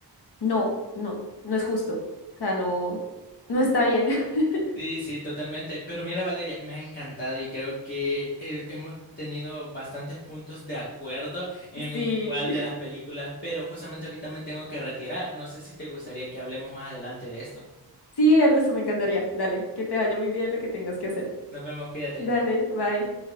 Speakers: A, on the left; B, on the left.
A: no, no, no es justo, o sea, no, no está bien. <laughs>
B: Sí, sí, totalmente. Pero mira, Valeria, me ha encantado y creo que eh, hemos tenido bastantes puntos de acuerdo en
A: Sí,
B: cuál de las películas, pero justamente ahorita me tengo que retirar. No sé si te gustaría que hablemos más adelante de esto.
A: sí, Ernesto, me encantaría. Dale, que te vaya muy bien en lo que tengas que hacer.
B: Nos vemos, cuídate.
A: Dale, bye.